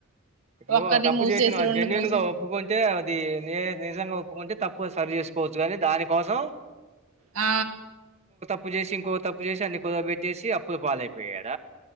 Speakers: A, on the right (about 30°); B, on the right (about 70°).
A: ఇప్పుడు
B: ఒక్కరిని
A: తప్పు
B: మూసేసి
A: చేసినవ్
B: రెండు
A: జెన్యుూన్
B: మూసే
A: గా ఒప్పుకుంటే అది నిజంగా ఒప్పుకుంటే తప్పు సరి చేసుకోవచ్చు కానీ దాని కోసం
B: ఆ
A: అప్పు చేసి ఇంకో తప్పు చేసి అన్ని కుదవ పెట్టేసి అప్పులు పాలైపోయాడ